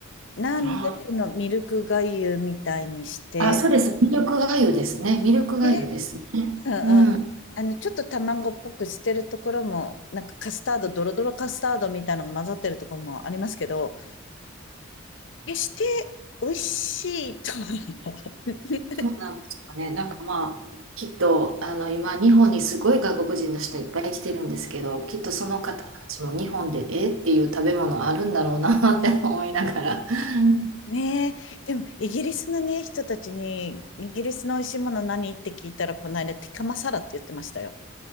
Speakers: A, on the left; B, on the right.
A: なんでこのミルクがゆみたいにして、
B: あー、あそうです。ミルクがゆですね。ミルクがゆですね。
A: でね、うんうん。
B: うん。
A: あの、ちょっと卵っぽくしてるところも、なんかカスタード、ドロドロカスタードみたいなのが混ざってるところもありますけど、決して美味しいとは <laughs>。
B: そうなんですかね。なんかまあ、きっと、あの、今、日本にすごい外国人の人いっぱい来てるんですけど、きっとその方たちも日本で、えっていう食べ物あるんだろうなって思いながら。うん
A: ねえ、でもイギリスのね、人たちに、イギリスの美味しいもの何って聞いたら、この間、ティカマサラって言ってましたよ。